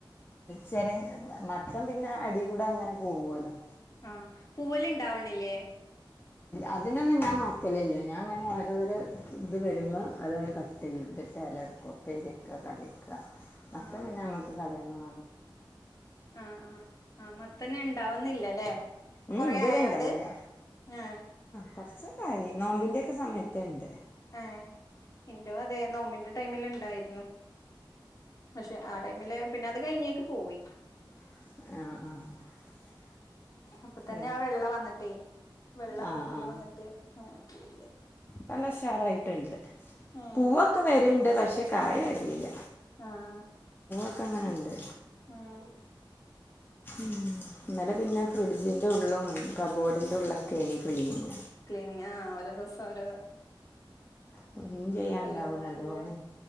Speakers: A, on the left; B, on the left.
A: ചര മത്തം പിന്നെ അടികൂടെ അങ്ങനെ പോവല്ലോ
B: ആ പൂവൽ ഉണ്ടാവണില്ലേ
A: അതിനൊന്നും ഞാൻ നോക്കലില്ല ഞാൻ അങ്ങനെ ഓരോര ഇത് വരുമ്പോ അതൊന്ന് കട്ട് ചെയ്തിട്ട് ഇല എടുക്കും. നെല്ലവിക്ക കറിക്ക മത്തം
B: ആ
A: പിന്നെ നമ്മുക്ക് കളയണം
B: ആ ആ ആ മത്തന്നെ ഉണ്ടാവുന്നില്ലല്ലേ ഇപ്പൊ
A: ഉം,
B: കുറേ
A: ഇതുവരെ
B: ആയോ
A: ഉണ്ടായില്ല
B: അത് ആ
A: കുറച്ചൊക്കെ ആ നോമ്പിൻ്റെയൊക്കെ സമയത്തുണ്ട്.
B: ആ എൻ്റൊ അതെ നോമ്പിന്റെ ടൈമിൽ ഉണ്ടായത് പക്ഷെ ആ ടൈമിൽ പിന്നെ അത് കഴിഞ്ഞേക്ക് പോയി
A: <inaudible>
B: അപ്പ തന്നെ
A: ഇത്,
B: ആ വെള്ള വന്നിട്ടേ വെള്ള
A: ആ
B: പൂപ്പൽ
A: ആ
B: വന്നിട്ട് അങ്ങനെ പോയത്.
A: നല്ല ഉഷാറായിട്ടുണ്ട്
B: ഏഹ്
A: പൂവൊക്കെ വരണ്ട് പക്ഷേ കായ ഇരുന്നില്ല
B: ആഹ
A: ഒക്കെ അങ്ങനെയുണ്ട്
B: ആഹ
A: ഇന്നലെ പിന്നെ ഫ്രിഡ്ജിൻ്റെ ഉള്ളും കബ്ബോർഡിൻ്റെ ഉള്ളിലൊക്കെ ഇനി ക്ലീൻ ചെയും
B: ക്ലീനിങ് ആ ഓരോ ദിവസം ഓരോ
A: ക്ലീൻ ചെയ്യാണ്ടാവും
B: സ്ഥലങ്ങളാണല്ലേ
A: നല്ലോണം